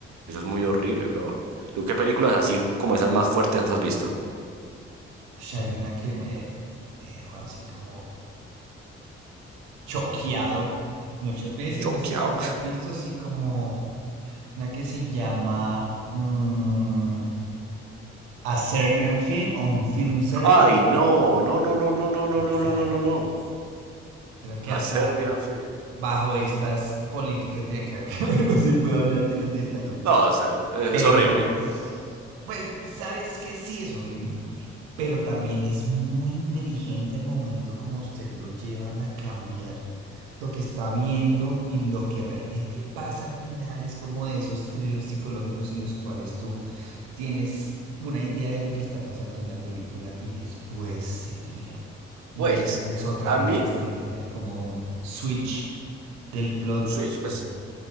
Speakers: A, on the right; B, on the right.
A: Eso es muy horrible, bro. ¿Tú qué películas así como esas más fuertes has visto?
B: Pues hay una que me dejó así como choqueado muchas veces,
A: Choqueado.
B: no sé si la has visto, así como una que se llama... mm, A Serbian Film o un film
A: <laughs>
B: serbio,
A: Ay, no, no, no, no, no, no, no,
B: esa
A: no, no, no,
B: es
A: no,
B: densa.
A: no.
B: Creo que
A: A
B: hasta
A: Serbian Film.
B: bajo estas políticas de acá, <laughs> creo que no se puede hablar de los detalles,
A: No, o sea, es,
B: pero
A: es horrible.
B: uf, pues sabes que sí es horrible, pero también es muy inteligente al momento como usted lo llevan a cambiar lo que está viendo y lo que realmente pasa al final es como de esos thrillers psicológicos en los cuales tú tienes una idea de lo que está pasando en la película y después se pierde. y
A: Pues,
B: después ves otra
A: a
B: vaina
A: mí,
B: distinta, como un switch del plot.
A: un Switch,
B: Bueno,
A: pues